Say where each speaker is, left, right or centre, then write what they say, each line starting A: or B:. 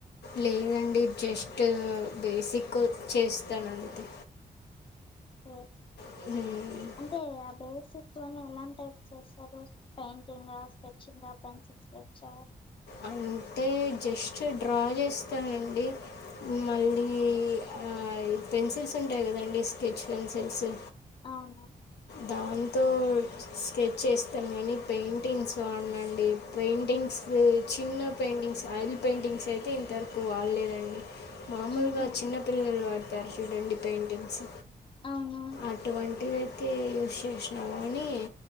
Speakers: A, on the left; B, on the left.
A: లేదండి జస్టూ బేసికు చేస్తా నంతే
B: ఓకే
A: మ్మ్
B: అంటే ఆ బేసిక్ లొనే ఎలాంటైప్ చేస్తరు పెయింటింగా స్కెచ్చింగా పెన్సిల్ స్కెచ్చా
A: అంటే జస్ట్ డ్రా జేస్తానండి మళ్ళీ ఆ ఈ పెన్సిల్స్ ఉంటయ్ కదండి స్కెచ్ పెన్సిల్సు
B: ఔను
A: దాంతోడ్ స్కెచ్చేస్తాన్ గానీ పెయింటింగ్స్ వాడ్నండి పెయింటింగ్సు చిన్న పెయింటింగ్స్ ఆయిల్ పెయింటింగ్స్ ఐతే ఇంతర్ కూ వాడ్లేదండి మాముల్గా
B: ఉహు
A: చిన్న పిల్లల్ వాడ్తార్ చూడండి పెయింటింగ్స్
B: ఔనౌన్
A: అటువంటివైతే యూస్ చేషిన గానీ